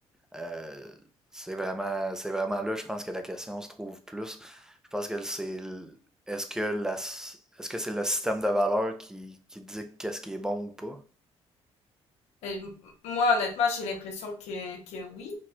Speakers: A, in the centre; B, on the left.
A: euh, c'est vraiment, c'est vraiment là, je pense que la question se trouve plus. Je pense que c'est, l- est-ce que la, s- est-ce que c'est le système de valeurs qui, qui dicte qu'est-ce qui est bon ou pas?
B: Euh, m- Moi, honnêtement, j'ai l'impression que, que oui.